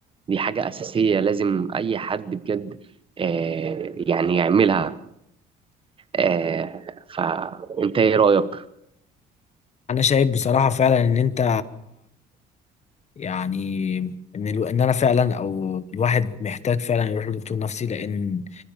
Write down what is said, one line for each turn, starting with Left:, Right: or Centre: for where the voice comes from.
Right: دي حاجة أساسية لازم أي حد بجد آه، يعني يعملها آه، فأنت إيه رأيك؟
Left: انا شايف بصراحه فعلا ان انت يعني ان الو... ان انا فعلا او الواحد محتاج فعلا يروح لدكتور نفسي لان